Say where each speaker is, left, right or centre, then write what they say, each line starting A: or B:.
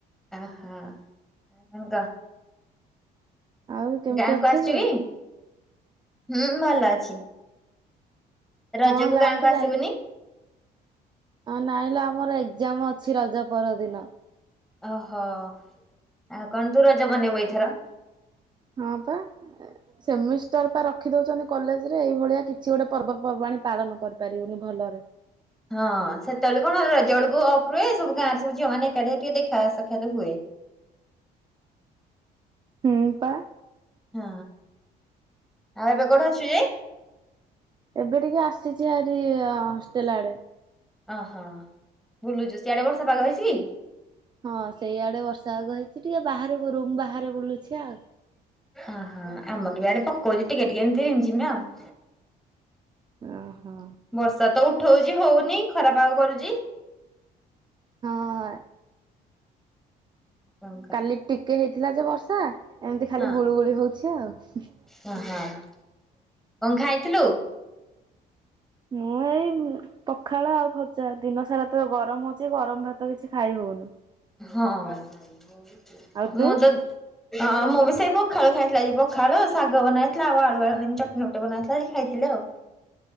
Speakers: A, in the centre; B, on the right.
A: ଅ ହଁ ଆଙ୍କ
B: ଆଉ କେମିତି
A: ଗାଁକୁ
B: ଅଛୁ
A: ଆସଚିବି
B: ତୁ?
A: ହୁଁ ଭଲ ଅଛି ରଜକୁ
B: ହଁ ଗାଁ
A: ଗାଁକୁ
B: କ
A: ଆସିବୁନି?
B: ଯାଇ ନାଇଁଲେ ଆମର ଏକ୍ଜାମ ଅଛି ରଜ ପରଦିନ
A: ଓହୋ ଆଉ କଣ ତୁ ରଜ ବନେଇବୁ ଏଇଥର
B: ହଁ ପା ସେମିଷ୍ଟର ପା ରଖି ଦଉଛନ୍ତି କଲେଜ ରେ ଏଇଭଳିଆ କିଛି ଗୋଟେ ପର୍ବପର୍ବାଣିୀ ପାଳନ କରିପାରିବୁନି ଭଲରେ
A: ହଁ ସେତେବେଳେ କଣ ରଜଳକୁ ଅଫ ରୁହେ ସବୁ ଗାଁରେ ସବୁ ଝିଅମାନେ ଏକାଠିଆ ଟିକେ ଦେଖା ସାକ୍ଷାତ ହୁଏ
B: ହୁଁ ପା।
A: ହଁ ଆଉ ଏବେ କୋଠେ ଅଛୁ ଯେ
B: ଏବେ ଟିକେ ଆସିଛି ଆରି ହଷ୍ଟେଲ ଆଡ଼େ।
A: ଓହୋ ବୁଲୁଛୁ ସିଆଡେ ବର୍ଷ ପାଗ ହେଇଚି?
B: ହଁ ସେଇଆଡେ ବର୍ଷା ଆଗ ହେଇଚି ଟିକେ ବାହ ରୁମ୍ ବାହାରେ ବୁଲୁଚି ଆଉ।
A: ଓହୋ ଆମର ବି ଆଡେ ପକଉଚି ଟିକେ ଟିକେ ଏମିତି ରି ଝିମ୍ ଆଉ
B: ଓ ହୋ।
A: ବର୍ଷା ତ ଉଠଉଚି ହୋଉନି ଖରା ପାଗ କରୁଚି।
B: ହଁ।
A: କଣ କହ
B: କାଲି ଟିକେ ହେଇଥିଲା ଯେ ବର୍ଷା ଏମିତି ଖାଲି
A: ହଁ।
B: ଗୁଳୁ ଗୁଳି ହୋଉଚି ଆଉ।
A: ଓହୋ କଣ ଖାଇଚୁ?
B: ମୁଁ ଏଇ ପଖାଳ ଆଉ ଖଜା ଦିନ ସାରା ତ ଗରମ ହୋଉଚି ଗରମ ଭାତ କିଛି ଖାଇ ହୋଉନି।
A: ହଁ
B: ଆଉ ତୁ
A: ମୁଁ
B: ହଁ
A: ତ। ହଁ ମୁଁ ବି ସେଇ ପଖାଳ ଖାଇଥିଲା ଆ ପଖାଳ ଶାଗ ବନାହେଇଥିଲା ଆଉ ଆଳୁ ଆଳୁ ଚଟଣି ଫଟଣି ବନାହେଇଥିଲା ଖାଇଥିଲି ଆଉ।